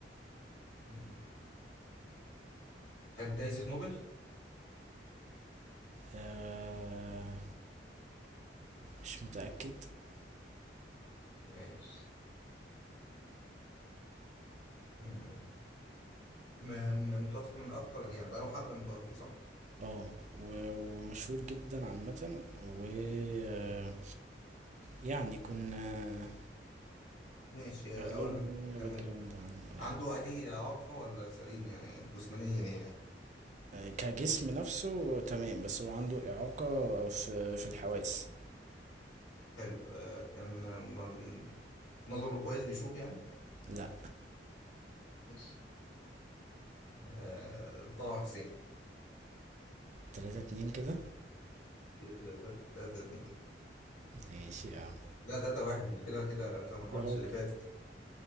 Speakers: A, on the left; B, on the right.
A: مم. خد جايزه نوبل
B: آه، مش متأكد
A: ماشي مم. م- م- متوفي من اكتر يعني بقاله حبه متوفي صح
B: اه و- ومشهور جدا عامة و آه، يعني كنا
A: ماشي آه،
B: اغلبنا
A: اقول لك كمل
B: باك جراوند عنه يعني
A: عنده أي إعاقة ولا سليم يعني جسمانيا يعني
B: آه، كجسم نفسه تمام بس هو عنده إعاقة في في الحواس
A: حلو آه، كان آه، م- نظره كويس بيشوف يعني
B: لا
A: ماشي آه، طه حسين
B: تلاتة اتنين كده
A: كده تلاتة تلاتة اتنين
B: ماشي يا عم
A: لا تلاتة واحد انت كده كده انت ما عملتش
B: يا رب
A: اللي فاتت